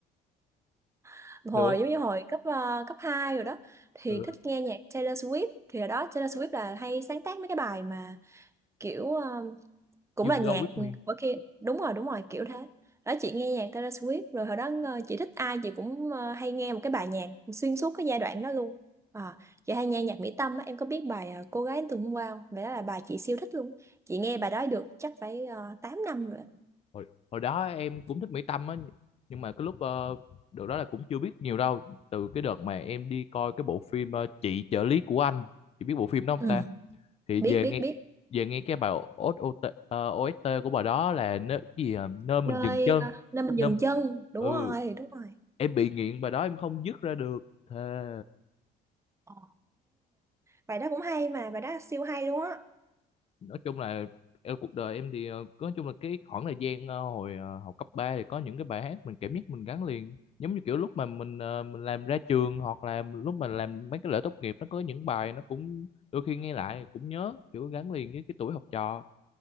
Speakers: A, on the right; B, on the left.
A: <laughs> Hồi
B: được
A: giống như hồi cấp ờ, cấp 2 rồi đó thì
B: ừ.
A: thích nghe nhạc Taylor Swift thì hồi đó Taylor Swift là hay sáng tác mấy cái bài mà kiểu ờ, cũng
B: You
A: là
B: belong
A: nhạc
B: with me
A: của kia đúng rồi đúng rồi kiểu thế. Đó chị nghe nhạc Taylor Swift rồi hồi đó ờ, chị thích ai chị cũng ờ, hay nghe một cái bài nhạc xuyên suốt cái giai đoạn đó luôn. À, chị hay nghe nhạc Mỹ Tâm á, em có biết bài ờ, Cô gái từ hôm qua không? Vậy đó là bài chị siêu thích luôn. Chị nghe bài đó được chắc phải uh, 8 năm rồi.
B: hồi, hồi đó em cũng thích Mỹ Tâm á nhưng mà cái lúc ờ, đợt đó là cũng chưa biết nhiều đâu từ cái đợt mà em đi coi cái bộ phim ờ, chị trợ lý của anh chị biết bộ phim đó không
A: Ừ,
B: ta thì
A: biết
B: về
A: biết
B: nghe
A: biết
B: về nghe cái bài OST, ờ, OST của bài đó là nơi, cái gì à? nơi mình
A: nơi
B: dừng chân
A: ờ, nơi mình dừng
B: nơi
A: chân đúng
B: ừ
A: rồi đúng rồi
B: em bị nghiện bài đó em không dứt ra được thề
A: Ồ, bài đó cũng hay mà, bài đó siêu hay luôn á.
B: nói chung là ờ, cuộc đời em thì ờ, nói chung là cái khoảng thời gian ờ, hồi ờ, học cấp ba thì có những cái bài hát mình cảm giác mình gắn liền giống như kiểu lúc mà mình ờ, mình làm ra trường hoặc là lúc mà làm mấy cái lễ tốt nghiệp nó có những bài nó cũng đôi khi nghe lại cũng nhớ kiểu gắn liền với cái tuổi học trò